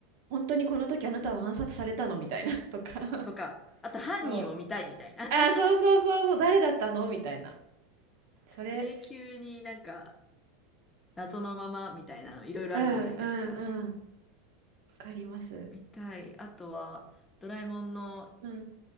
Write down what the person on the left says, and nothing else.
とか、あと犯人を見たいみたいな。
<laughs>
永久になんか謎のままみたいなのいろいろあるじゃないですか。
見たい。あとは、ドラえもんの